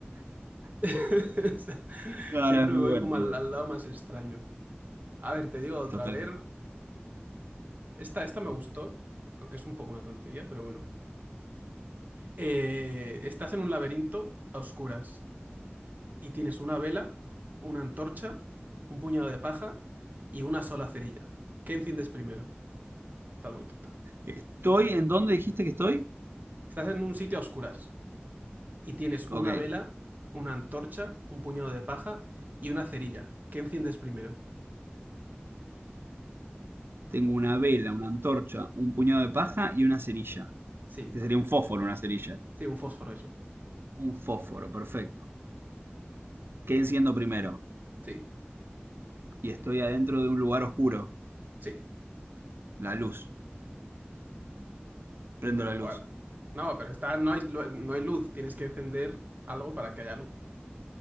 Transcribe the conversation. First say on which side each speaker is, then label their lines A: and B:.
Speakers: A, on the right; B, on the right.
A: <laughs>
B: No,
A: Siempre
B: no, es muy
A: me voy
B: bueno,
A: como
B: es muy
A: al,
B: bueno,
A: al lado más extraño. A ver, te digo otra
B: totalmente.
A: vez. Esta, esta me gustó, aunque es un poco una tontería, pero bueno. Eh, estás en un laberinto a oscuras y tienes una vela, una antorcha, un puñado de paja y una sola cerilla. ¿Qué enciendes primero? Estás muy tonta.
B: ¿Estoy en dónde dijiste que estoy?
A: Estás en un sitio a oscuras y tienes una
B: Ok,
A: vela, una antorcha, un puñado de paja y una cerilla. ¿Qué enciendes primero?
B: tengo una vela, una antorcha, un puñado de paja y una cerilla,
A: Sí,
B: que sería un fósforo, una cerilla.
A: sí, un fósforo, eso.
B: Un fósforo, perfecto. ¿Qué enciendo primero?
A: Sí,
B: Y estoy adentro de un lugar oscuro,
A: sí.
B: la luz. Prendo
A: Sí, pero
B: la luz.
A: ¿cuál? No, pero está, no hay, lu- no hay luz, tienes que encender algo para que haya luz.